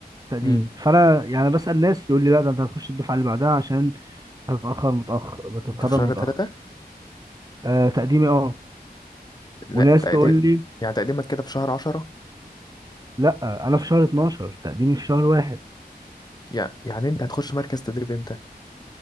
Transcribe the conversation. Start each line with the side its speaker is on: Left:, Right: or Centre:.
Right: تقديمي
Left: امم
Right: فانا يعني بسال ناس يقول لي لا ده انت هتخش الدفعه اللي بعدها عشان هتتاخر متاخر بتتخرج
Left: انت في شهر
Right: متاخر
Left: تلاتة
Right: آه تقديمي اه
Left: لا
Right: وناس
Left: تقديم
Right: تقول لي
Left: يعني تقديمك كده في شهر عشرة
Right: لا انا في شهر 12 تقديمي في شهر واحد
Left: يعني يعني انت هتخش مركز تدريب امتى